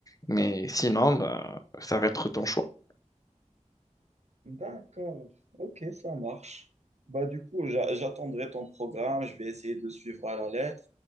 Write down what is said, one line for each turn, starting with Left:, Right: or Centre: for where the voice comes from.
Left: mais sinon, ben, ça va être ton choix.
Right: D'accord, ok, ça marche. Bah, du coup, j'a- j'attendrai ton programme, je vais essayer de le suivre à la lettre